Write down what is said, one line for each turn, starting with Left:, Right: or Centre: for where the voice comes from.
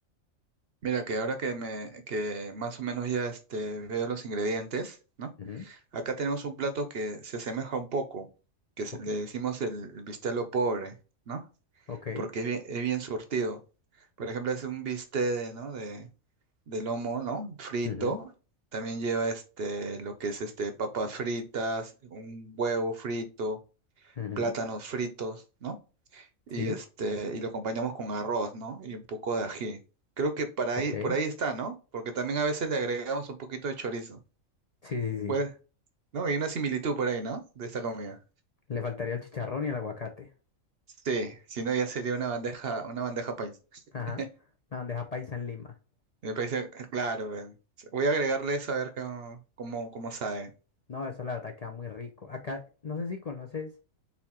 Right: Mira, que ahora que me, que más o menos ya este, veo los ingredientes, ¿no?
Left: Ujú,
Right: Acá tenemos un plato que se asemeja un poco, que se-
Left: Ok,
Right: le decimos el, el bistelo pobre, ¿no?
Left: ok.
Right: Porque es bien, es bien surtido. Por ejemplo, es un bistec de, ¿no? de, de lomo, ¿no? Frito.
Left: ujú,
Right: También lleva este, lo que es este, papas fritas, un huevo frito,
Left: ujú,
Right: plátanos fritos, ¿no? Y,
Left: Sí,
Right: este, y lo acompañamos con arroz, ¿no? Y un poco de ají. Creo que para
Left: ok.
Right: ahí, por ahí está, ¿no? Porque también a veces le agregamos un poquito de chorizo.
Left: Sí, sí,
Right: Pues,
Left: sí.
Right: no, hay una similitud por ahí, ¿no? De esta comida.
Left: Le faltaría el chicharrón y el aguacate.
Right: Sí, si no ya sería una bandeja, una bandeja paisa.
Left: Ajá.
Right: <laughs>
Left: La bandeja paisa en Lima.
Right: Me parece, claro, pues. Voy a agregarle eso a ver cómo, cómo, cómo sabe.
Left: No, eso la verdad queda muy rico. Acá, no sé si conoces,